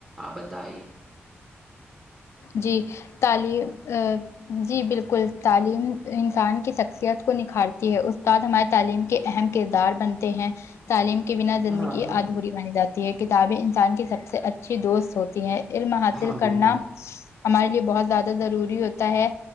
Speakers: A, on the right; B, on the left.
A: آپ بتے
B: جی تعلیم جی بالکل تعلیم انسان کی شخصیت کو نکھارتی ہے استاد ہمارے تعلیم کے اہم کردار بنتے ہیں تعلیم کے بنا زندگی
A: ہاں ہاں
B: آدھوری مانی جاتی ہے کتابیں انسان کی سب سے اچھی دوست ہوتی ہیں علم حاصل
A: ہاں
B: کرنا
A: بالکل
B: ہمارے لیے بہت زیادہ ضروری ہوتا ہے